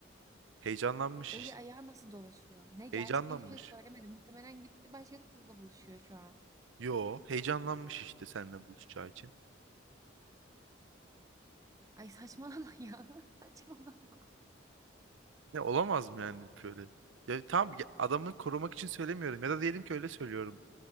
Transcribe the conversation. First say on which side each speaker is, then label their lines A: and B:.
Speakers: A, on the right; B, on the right.
A: Heyecanlanmış
B: Eli
A: işte.
B: ayağı nasıl dolaşıyor? Ne gerçekten
A: Heyecanlanmış.
B: hiçbir şey söylemedi. Muhtemelen gitti başka kızla buluşuyor şu an.
A: Yo, heyecanlanmış işte seninle buluşacağı için.
B: Ay saçmalama ya. <laughs> Saçmalama.
A: Ya olamaz mı yani böyle? Ya tamam ya adamı korumak için söylemiyorum ya da diyelim ki öyle söylüyorum.